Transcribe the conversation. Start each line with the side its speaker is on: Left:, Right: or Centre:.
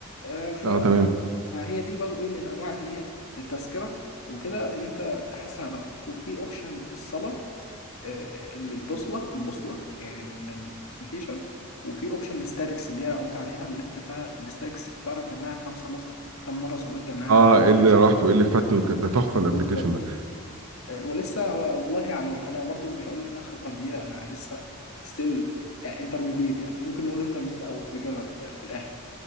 Left: آه، ف...
Right: اه
Left: ف...
Right: تمام
Left: فهي دي برضه ايه من انواع اللي هي التذكرة وكده ان انت تحسن علاقتك وفي اوبشن الصلاة آه، البوصلة البوصلة للابلكيشن وفي اوبشن الستاتكس اللي هي قلت عليها اللي انت فيها الستاتكس تعرف انها كم صلى صل- كم مرة صليت جماعة
Right: اه
Left: كم
Right: ايه اللي
Left: مرة صليت
Right: راحت وايه اللي فاتني وك... ده تحفه الابلكيشن
Left: بالظبط
Right: ده
Left: آه، ولسه هو والله يعني انا برضو مش هقول لك انها خبرة كبيرة انا لسه ستيل يعني انترميديت يعني ممكن نقول انترميديت او بيجنر يعني يعني في الاخر